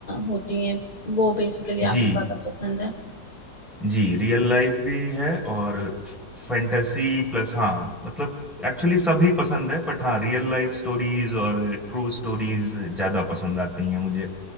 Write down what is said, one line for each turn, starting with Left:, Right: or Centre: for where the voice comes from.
Left: होती हैं वो बेसिकली
Centre: जी
Left: आपको ज्यादा पसंद है
Centre: जी रियल लाइफ भी है और फैंटेसी प्लस हाँ मतलब एक्चुअली सभी पसंद है बट हाँ रियल लाइफ स्टोरीज और ट्रू स्टोरीज ज्यादा पसंद आती हैं मुझे